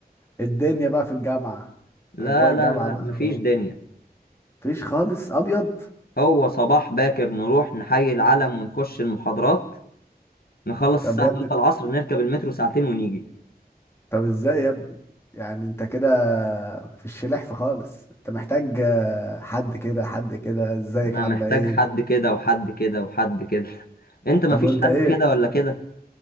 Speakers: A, on the left (about 15°); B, on the left (about 70°).
A: الدنيا بقى في الجامعة
B: لا
A: أجواء الجامعة
B: لا لا
A: بقى لو-
B: مفيش دنيا
A: مفيش خالص أبيض
B: هو صباح باكر نروح نحيي العلم ونخش المحاضرات نخلص
A: طب
B: الساعة
A: يا
B: 3
A: ابني
B: العصر نركب المترو ساعتين ونيجي
A: طب إزاي يا ابني يعني أنت كده في الشلحف خالص أنت محتاج آه، حد كده حد كده إزيك
B: أنا
A: عاملة
B: محتاج
A: إيه
B: حد كده وحد كده وحد كده <laughs> أنت مفيش
A: طب وأنت
B: حد
A: إيه
B: كده ولا كده